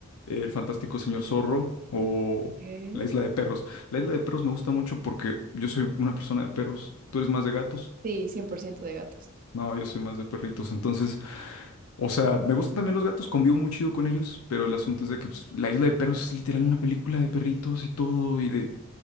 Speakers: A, on the left (about 90°); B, on the right (about 40°).
A: El Fantástico Señor Zorro o
B: Ok.
A: La Isla de Perros. La Isla de Perros me gusta mucho porque yo soy una persona de perros. ¿Tú eres más de gatos?
B: Sí, 100% de gatos.
A: No, yo soy más de perritos. Entonces, o sea, me gustan también los gatos, convivo muy chido con ellos, pero el asunto es de que pues, La Isla de Perros es literal una película de perritos y todo, y de,